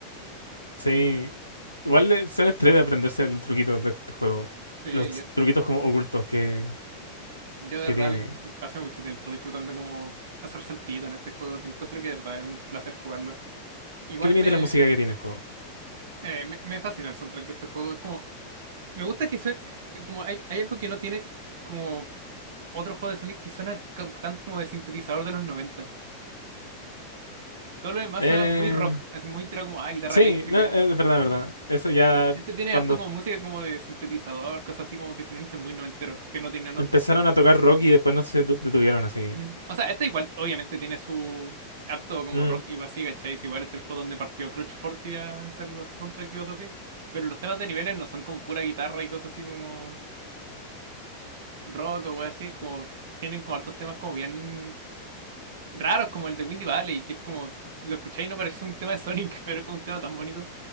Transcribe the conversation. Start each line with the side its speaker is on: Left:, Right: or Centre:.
Left: sí. Igual le- son estrés de aprenderse los truquitos de este juego.
Right: Sí,
Left: Los
Right: yo,
Left: truquitos como ocultos que,
Right: yo de
Left: que
Right: verdad
Left: tiene.
Right: pasé mucho tiempo disfrutando como hacer saltito en este juego. Te encuentro que de verdad es un placer jugarlo. Igual
Left: ¿Qué viene
Right: me,
Left: de la música que tiene el juego?
Right: eh, me, me fascina el soundtrack de este juego. Es como, me gusta que sue- como hay, hay algo que no tiene como otros juegos de Sonic que suenan ca- tanto como de sintetizador de los 90. Todo lo demás
Left: Eh,
Right: suena muy rock, así muy tirado como, ah, guitarra
Left: sí,
Right: eléctrica.
Left: no, es verdad, es verdad. Eso ya
Right: Este tiene
Left: cuando
Right: harto como música como de sintetizador, cosas así como que se sienten muy noventeros, que no tienen
Left: empezaron
Right: otro.
Left: a tocar rock y después no se detu- detuvieron así.
Right: Mm. O sea, este igual obviamente tiene su harto como
Left: Mm.
Right: rock igual así, ¿cachai? Es Igual este es el juego donde partió Crush Forty a hacer los soundtracks y cosas así. Pero los temas de niveles no son como pura guitarra y cosas así como rock o wey así, como tienen como hartos temas como bien raros como el de Windy Valley, que es como, lo escucháis y no parece un tema de Sonic, <laughs> pero es como un tema tan bonito.